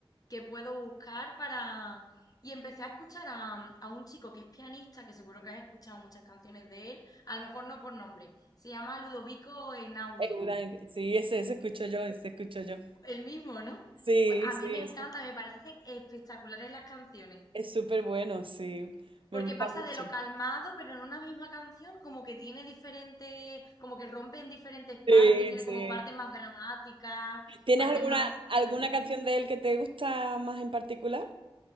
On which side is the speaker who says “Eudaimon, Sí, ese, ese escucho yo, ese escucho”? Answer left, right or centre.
Right